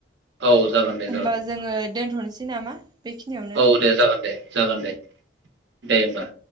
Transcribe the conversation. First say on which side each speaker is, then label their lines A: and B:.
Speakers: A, on the right; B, on the right.
A: औ जागोन दे
B: होमबा
A: जागोन
B: जोङो दोनथ'नोसै। सै नामा? बेखिनियावनो
A: औ दे जागोन दे जागोन दे। दे होमबा।